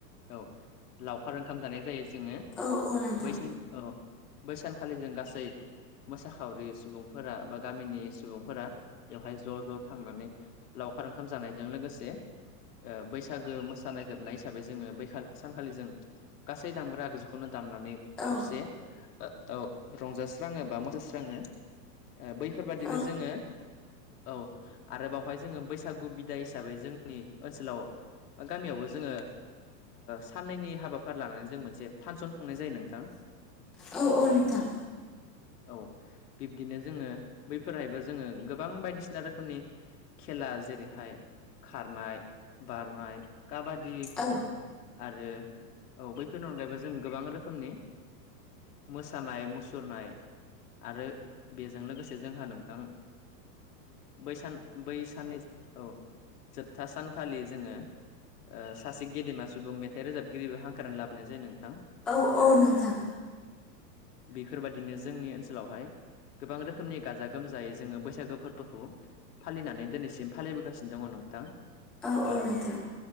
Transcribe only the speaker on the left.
औ लावखार ओंखाम जानाय जायो जोङो
बैसो औ। बैसानखालि जों गासै मोसाखावरि सुबुंफोरा बा गामिनि सुबुंफोरा बेवहाय ज' ज' थांनानै लाव लावखार ओंखाम जानायजों लोगोसे बैसागो मोसानाय जोबनाय हिसाबै जोङो बै सानखालि जों गासै दामग्रा-आगजु दामनानै
खेबसे औ रंजास्राङो बा मोसास्राङो बैफोर बादिनो
जोङो औ आरो बावहाय जोङो बैसागु बिदा हिसाबै जोंनि ओनसोलाव बा गामियावबो जोङो। साननैनि हाबाफारि लानानै जों मोनसे। फांसन खुंनाय जायो नोंथां।
औ बिब्दिनो जोङो बैफोरहायबो जोङो गोबां बायदिसिना रोखोमनि खेला। जेरैहाय खारनाय बारनाय काबादि।
आरो औ बैफोरनि अनगायैबो जों गोबां रोखोमनि मोसानाय मुसुरनाय। आरो बेजों लोगोसे जोंहा नोंथां। बैसान बैसानजों <unintelligible> औ जोबथा सानखालि जोङो सासे गेदेमा सुबुं मेथाइ रोजाबगिरिबो हांख्रनानै लाबोनाय जायो नों
बेफोरबायदिनो जोंनि ओनसोलावहाय गोबां रोखोमनि गाजा गोमजायै जोङो बैसागो फोरबोखौ। फालिनानै दिनैसिम फालिबोगासिनो दङ' नोंथां।
ओ